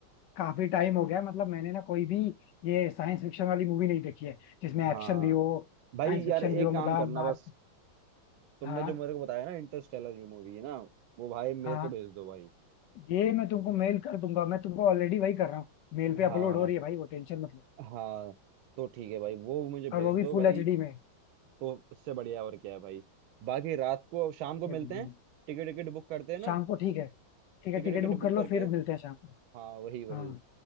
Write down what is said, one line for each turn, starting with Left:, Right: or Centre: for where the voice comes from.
Left: काफी टाइम हो गया है, मतलब मैंने ना कोई भी ये साइंस फिक्शन वाली मूवी नहीं देखी है जिसमें
Right: हाँ
Left: एक्शन भी हो
Right: भाई
Left: साइंस फिक्शन
Right: यार एक
Left: भी हो मतलब
Right: काम करना
Left: मार
Right: बस तुमने
Left: हाँ
Right: जो मेरे को बताया ना इंटरस्टेलर जो मूवी है ना वो भाई
Left: हाँ
Right: मेरे को भेज दो भाई
Left: ये मैं तुमको मेल कर दूंगा मैं तुमको ऑलरेडी वही कर रहा हूँ मेल पे अपलोड
Right: हाँ
Left: हो रही है भाई वो टेंशन मत लो
Right: हाँ तो ठीक है भाई वो मुझे
Left: और
Right: भेज
Left: वो भी
Right: दो
Left: फुल
Right: भाई
Left: एच डी में
Right: तो इससे बढ़िया और क्या है भाई बाकी रात को शाम
Left: भेज
Right: को मिलते
Left: दूंगा
Right: हैं
Left: मैं।
Right: टिकट टिकट बुक करते हैं ना
Left: शाम को ठीक है ठीक
Right: टिकट
Left: है टिकट
Right: टिकट
Left: बुक
Right: बुक
Left: कर लो
Right: करके
Left: फिर मिलते हैं शाम को
Right: हाँ वही वही
Left: हाँ